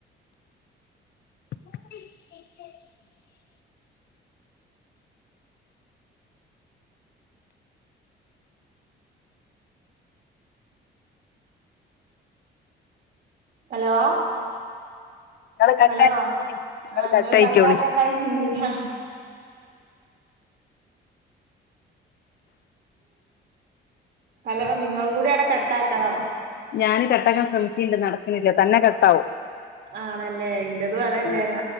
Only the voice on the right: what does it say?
ഹലോ.
ഹലോ
ആഹ് ഇങ്ങൾ
കട്ടാക്കാൻ കഴഞ്ഞില്ല. ഹലോ നിങ്ങള് കൂടി അവിടെ കട്ട് ആക്കണം.
ആണല്ലേ ഇന്റതും അതന്നെയാണ്